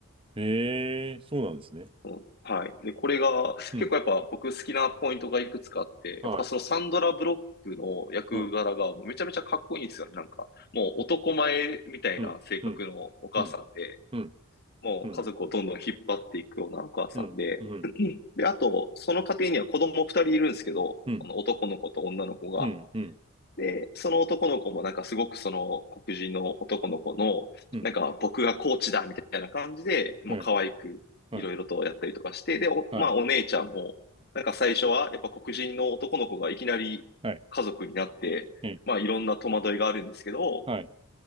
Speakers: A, on the right; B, on the left.
A: ー。えー。そうなんですね。
B: うんはい。で、これが、
A: うん。
B: 結構やっぱ僕好きなポイントがいくつかあって、
A: はい。
B: やっぱそのサンドラ・ブロックの役柄がもうめちゃめちゃかっこいいんですよね。
A: うん。
B: なんか、もう男前みたいな性格のお母さんで、
A: うん。うん。うん。うん。
B: もう家族をどんどん引っ張っていくようなお母さんで、
A: うん。うん。うん。
B: で、あと、その家庭には子供二人いるんですけど、
A: うん。うん。
B: あの男の子と女の子が。
A: うん。
B: で、その男の子もなんかすごくその黒人の男の子の、
A: うん。
B: なんか僕がコーチだみたいな感じで、もう可愛くいろいろとやったりとかして、
A: はい。はい。
B: で、お、
A: はい。
B: まあお姉ちゃんも、なんか最初はやっぱ黒人の男の子がいきなり家族になって、
A: はい。はい。
B: まあいろんな戸惑いがあるんですけど、
A: はい。